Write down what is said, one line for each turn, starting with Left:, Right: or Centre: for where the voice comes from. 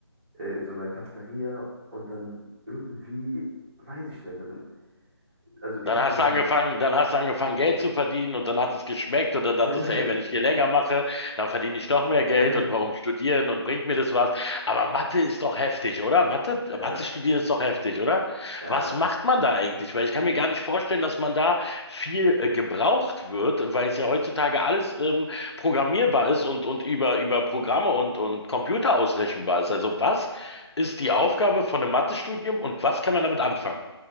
Right: äh, in so einer Cafeteria und dann irgendwie, weiß ich nicht, dann, also ich
Left: Dann
Right: hatte
Left: hast
Right: so,
Left: du angefangen,
Right: ein-
Left: dann hast du angefangen, Geld zu verdienen und dann hat es geschmeckt und dann dachtest
Right: <laughs>
Left: du, ey, wenn ich hier länger mache, dann verdiene ich doch mehr Geld
Right: äh,
Left: und warum studieren und bringt mir das was? Aber Mathe ist doch heftig, oder? Mathe,
Right: ja,
Left: Mathe studieren ist doch heftig, oder?
Right: ja,
Left: Was macht man da eigentlich? Weil ich kann mir gar nicht vorstellen, dass man da viel äh, gebraucht wird, weil es ja heutzutage alles ähm, programmierbar ist und, und über, über Programme und, und Computer ausrechenbar ist. Also was ist die Aufgabe von einem Mathestudium und was kann man damit anfangen?